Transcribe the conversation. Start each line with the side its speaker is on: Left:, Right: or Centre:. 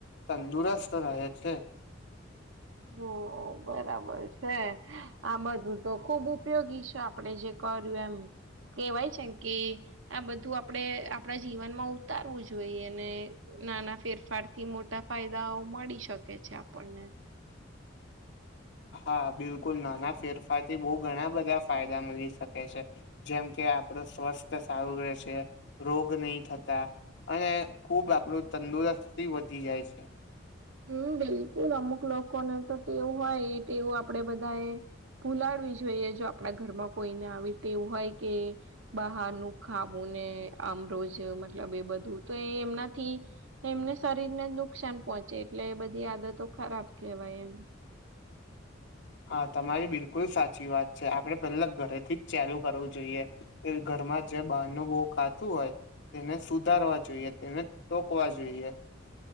Left: તંદુરસ્ત રહે છે
Right: હોઓ હો બરાબર છે. આ બધું તો ખુબ ઉપયોગી છ, આપડે જે કર્યું એમ કેવાય છેમ કે, આ બધું આપડે આપડા જીવનમાં ઉતારવું જોઈએ અને નાના ફેરફાર થી મોટા ફાયદાઓ મળી શકે છે આપણને.
Left: હા બિલકુલ નાના ફેરફારથી બહુ ઘણા બધા ફાયદા મળી શકે છે. જેમ કે કે આપડે સ્વસ્થ સારું રહેશે રોગ નહી થતા અને ખૂબ આપણું તંદુરસ્ત વધી જાય છે.
Right: હમ્મ બિલકુલ અમુક લોકોને તો ટેવું હોય એ ટેવ આપડે બધાએ ફુલાડવી જોઈએ જો આપડા ઘરમાં કોઈને આવી ટેવ હોય કે બહારનું ખાવું ને આમ રોજ મતલબ એ બધું તો એ એમનાથી એમને શરીર ને નુકસાન પહચ ચે એટલે એ બધી આદતો ખરાબ કેવાય એમ
Left: હા તમારી બિલકુલ સાચી વાત છે. આપડે પહેલા ઘરેથી જ ચાલુ કરવું જોઈએ <unintelligible> ઘમાં જે બહારનું બહુ ખાતું હોય તેને સુધારવા જોઈએ, તેને ટોકવા જોઈએ.